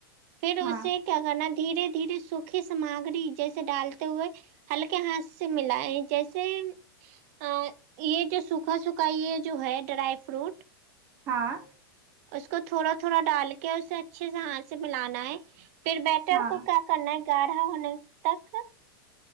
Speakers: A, on the right; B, on the right.
A: پھر
B: ہاں
A: اسے کیا کرنا دھیرے دھیرے سوکھی سامگری جیسے ڈالتے ہوئے ہلکے ہاتھ سے ملائے جیسے اا یہ جو سوکھا سوکھا یہ جو ہے ڈرائی فروٹ
B: ہاں
A: اس کو تھوڑا تھوڑا ڈال کے اسے اچھے سے ہاتھ سے ملانا ہے پھر بیٹر
B: ہاں
A: کو کرنا ہے گاڑھا ہونے تک